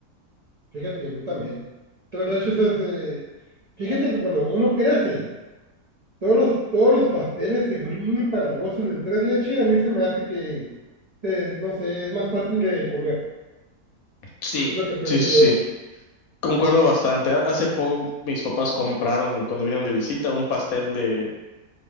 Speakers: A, on the right; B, on the left.
A: Fíjate que a mí también. Tres leches es... eh, Fíjate que cuando uno crece, todos los, todos los pasteles se vuelven muy empalagosos. El de tres leches a mí se me hace que, se- no sé, es más fácil de comer.
B: Sí,
A: Es lo que pienso
B: sí, sí,
A: yo.
B: sí. Concuerdo
A: De chiqui-
B: bastante. Ha- Hace poco mis papás compraron, cuando vinieron de visita, un pastel de,